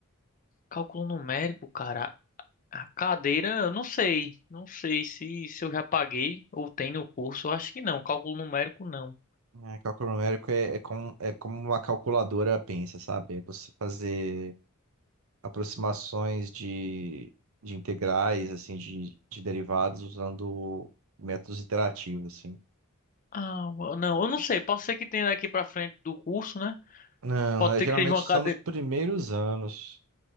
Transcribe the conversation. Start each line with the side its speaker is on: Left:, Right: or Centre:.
Left: Cálculo numérico, cara. A cadeira, eu não sei. Não sei se, se eu já paguei ou tem no curso. Eu acho que não. Cálculo numérico, não.
Right: É, cálculo numérico é, é como, é como uma calculadora pensa, sabe? É Você fazer aproximações de, de integrais, assim, de, de derivados usando métodos iterativos, assim.
Left: Ah, eu- não, eu não sei. Pode ser que tenha daqui pra frente do curso, né?
Right: Não,
Left: Pode
Right: é,
Left: ser
Right: geralmente
Left: que seja uma cadeira.
Right: são nos primeiros anos.